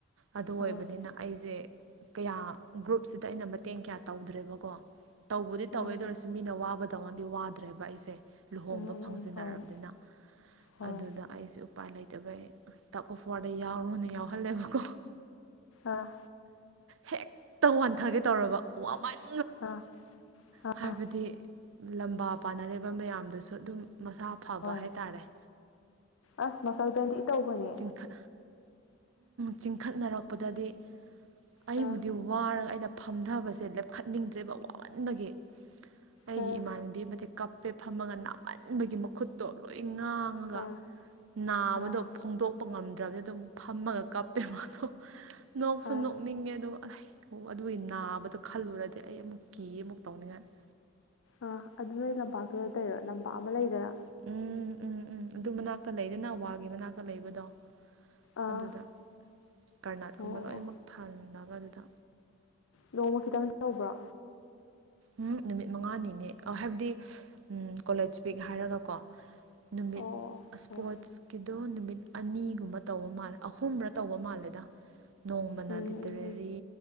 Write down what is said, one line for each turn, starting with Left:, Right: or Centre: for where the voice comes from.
Right: ꯑꯗꯨ
Left: ꯑꯥ
Right: ꯑꯣꯏꯕꯗꯤ ꯅꯤꯅ ꯑꯩꯁꯦ ꯀꯌꯥ ꯒ꯭ꯔꯨꯞꯁꯤꯗ ꯑꯩꯅ ꯃꯇꯦꯡ ꯀꯌꯥ ꯇꯧꯗ꯭ꯔꯦꯕꯀꯣ ꯇꯧꯕꯗꯤ
Left: ꯎꯝ
Right: ꯇꯧꯋꯦ ꯑꯗꯨ ꯑꯣꯏꯔꯁꯨ ꯃꯤꯅ ꯋꯥꯕꯗꯧꯅꯗꯤ ꯋꯥꯗ꯭ꯔꯦꯕ ꯑꯩꯁꯦ ꯂꯨꯍꯣꯡꯕ
Left: ꯎꯝ ꯎꯝ
Right: ꯐꯪꯖꯤꯟꯅꯔꯕꯅꯤꯅ
Left: ꯎꯝ ꯍꯣꯏ ꯍꯣꯏ
Right: ꯑꯗꯨꯗ ꯑꯩꯁꯨꯦ ꯎꯄꯥꯏ ꯂꯩꯇꯕꯩ ꯇꯛ ꯑꯣꯐ ꯋꯥꯔꯗ ꯌꯥꯎꯔꯣꯅ ꯌꯥꯎꯍꯜꯂꯦꯕꯀꯣ <unintelligible>
Left: ꯑꯥ
Right: ꯍꯦꯛꯇ ꯋꯥꯟꯊꯒꯦ ꯇꯧꯔꯕ ꯋꯥꯃꯥꯏꯅ
Left: ꯑꯥ
Right: ꯍꯥꯏꯕꯗꯤ
Left: ꯑꯥ
Right: ꯂꯝꯕꯥ ꯄꯥꯅꯔꯤꯕ ꯃꯌꯥꯝꯗꯨꯁꯨ ꯑꯗꯨꯝ ꯃꯁꯥ ꯐꯕ
Left: ꯍꯣꯏ
Right: ꯍꯥꯏ ꯇꯔꯦ
Left: ꯑꯁ ꯃꯁꯜ ꯄꯦꯟꯗꯤ ꯏ ꯇꯧꯕꯅꯦ
Right: ꯆꯤꯡꯈꯠ ꯆꯤꯡꯈꯠꯅꯔꯛꯄꯗꯗꯤ ꯑꯩꯕꯨꯗꯤ
Left: ꯑꯥ
Right: ꯋꯥꯔꯒ ꯑꯩꯅ ꯐꯝꯊꯕꯁꯦ ꯂꯦꯞꯈꯠꯅꯤꯡꯗ꯭ꯔꯦꯕ ꯋꯥꯃꯟꯕꯒꯤ ꯑꯩꯒꯤ
Left: ꯑꯥ
Right: ꯏꯃꯥꯟꯅꯕꯤ ꯑꯃꯗꯤ ꯀꯞꯄꯦ ꯐꯝꯃꯒ ꯅꯥꯝꯃꯟꯕꯒꯤ ꯃꯈꯨꯠꯇꯣ ꯂꯣꯏ ꯉꯥꯡꯉꯒ
Left: ꯑꯥ
Right: ꯅꯥꯕꯗꯣ
Left: ꯑꯥ
Right: ꯐꯣꯡꯗꯣꯛꯄ ꯉꯝꯗ꯭ꯔꯕꯗꯤ ꯑꯗꯨꯝ ꯐꯝꯃꯒ ꯀꯞꯄꯦ ꯃꯥꯗꯣ ꯅꯣꯛꯁꯨ
Left: ꯑꯥ
Right: ꯅꯣꯛꯅꯤꯡꯉꯦ ꯑꯗꯨꯒ ꯑꯗꯨꯒꯤ ꯅꯥꯕꯗꯣ ꯈꯜꯂꯨꯔꯗꯤ ꯑꯩ ꯑꯃꯨꯛ ꯀꯤ ꯑꯃꯨꯛ ꯇꯧꯅꯤꯡꯉꯥꯏ ꯎ
Left: ꯑꯥ ꯑꯗꯨ ꯅꯣꯏ ꯂꯝꯄꯥꯛꯇꯨꯗ ꯇꯩꯔꯣ ꯂꯝꯄꯥꯛ ꯑꯃ ꯂꯩꯗꯅ
Right: ꯎꯝ ꯎꯝ ꯎꯝ ꯎꯝ ꯑꯗꯨ ꯃꯅꯥꯛꯇ ꯂꯩꯗꯅ ꯋꯥꯒꯤ ꯃꯅꯥꯛꯇ ꯂꯩꯕꯗꯣ
Left: ꯑꯥ
Right: ꯑꯗꯨꯗ ꯀꯔꯅꯥꯠꯀꯨꯝꯕ
Left: ꯑꯣ ꯑꯣ
Right: ꯂꯣꯏꯅꯃꯛ
Left: ꯑꯣ
Right: ꯊꯍꯜꯂꯒ ꯑꯗꯨꯗ
Left: ꯅꯣꯡꯃ ꯈꯤꯇꯪ ꯇꯧꯕ꯭ꯔꯥ
Right: ꯎꯝ ꯅꯨꯃꯤꯠ ꯃꯉꯥꯅꯤꯅꯦ ꯍꯥꯏꯕꯗꯤ ꯀꯣꯂꯦꯖ ꯋꯤꯛ ꯍꯥꯏꯔꯒꯀꯣ ꯅꯨꯃꯤꯠ
Left: ꯑꯣ ꯑꯣ
Right: ꯏꯁꯄꯣꯔꯠꯁꯀꯤꯗꯣ
Left: ꯑꯣ
Right: ꯅꯨꯃꯤꯠ ꯑꯅꯤꯒꯨꯝꯕ ꯇꯧꯕ ꯃꯥꯜꯂꯦ ꯑꯍꯨꯝꯔ ꯇꯧꯕ ꯃꯥꯜꯂꯦꯗ ꯅꯣꯡꯃꯅ
Left: ꯎꯝ
Right: ꯂꯤꯇꯔꯦꯔꯤ
Left: ꯎꯝ